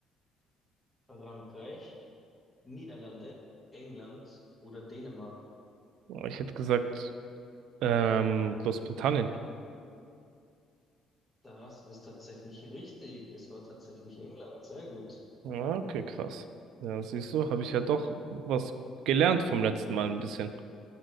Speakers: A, in the centre; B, on the right.
A: Frankreich, Niederlande, England oder Dänemark?
B: Ich hätte gesagt, ähm, Großbritannien.
A: Das ist tatsächlich richtig. Es war tatsächlich England. Sehr gut.
B: Ja, okay, krass. Ja, siehst du, habe ich ja doch was gelernt vom letzten Mal ein bisschen.